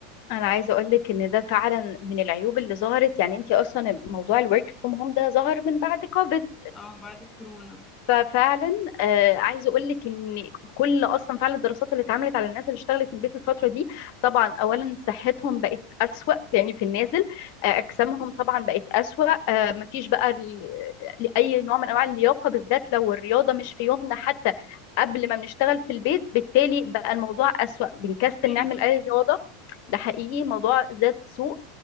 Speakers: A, on the left (about 50°); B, on the left (about 20°).
A: انا عايزه اقول لك ان ده فعلا من العيوب اللي ظهرت يعني انت اصلا موضوع الورك فروم هوم ده ظهر من بعد كوفيد
B: اه بعد كورونا
A: ففعلا آه، عايزه اقول لك ان كل اصلا فعلا الدراسات اللي اتعملت على الناس اللي اشتغلت من البيت الفتره دي طبعا اولا صحتهم بقت اسوأ يعني في النازل آه، اجسامهم طبعا بقت اسوأ آه، مفيش بقى ال- اي نوع من انواع اللياقه بالذات لو الرياضه مش في يومنا حتى قبل ما بنشتغل في البيت بالتالي بقى الموضوع اسوأ بنكسل
B: ايوه
A: نعمل اي رياضه ده حقيقي موضوع ذات سوء